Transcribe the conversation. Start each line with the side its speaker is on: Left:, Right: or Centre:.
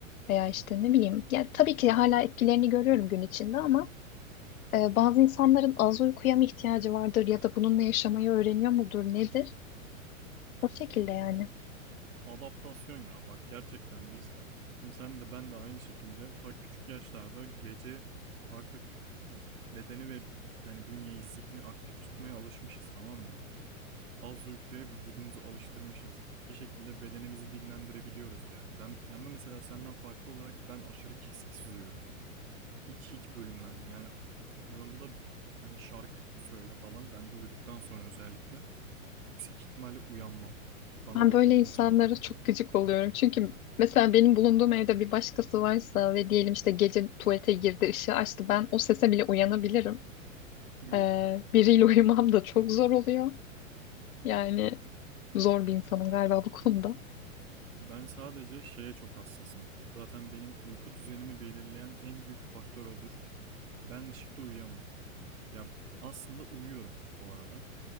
Left: veya işte ne bileyim. Yani tabii ki hala etkilerini görüyorum gün içinde ama e, bazı insanların az uykuya mı ihtiyacı vardır ya da bununla yaşamayı öğreniyor mudur nedir? O şekilde yani.
Right: Adaptasyon ya bak gerçekten biz şimdi sen de ben de aynı şekilde ta küçük yaşlarda gece artık bedeni ve yani bünyeyi zihni aktif tutmaya alışmışız tamam mı? Az uykuya vücudumuzu alıştırmışız. Bir şekilde bedenimizi dinlendirebiliyoruz yani. Ben ama mesela senden farklı olarak ben aşırı kesiksiz uyuyorum. Hiç hiç bölünmez. Yani yanımda hani şarkı söyle falan ben uyuduktan sonra özellikle yüksek ihtimalle uyanmam. Bana
Left: Ben
Right: dokunmuyorsan
Left: böyle insanlara
Right: falan.
Left: çok gıcık oluyorum. Çünkü mesela benim bulunduğum evde bir başkası varsa ve diyelim işte gece tuvalete girdi, ışığı açtı. Ben o sese bile uyanabilirim.
Right: Yuh.
Left: Ee, biriyle <laughs> uyumam da çok zor oluyor. Yani zor bir insanım galiba bu konuda.
Right: Ben sadece şeye çok hassasım. Zaten benim uyku düzenimi belirleyen en büyük faktör odur. Ben ışıkta uyuyamam. Ya aslında uyuyorum bu arada.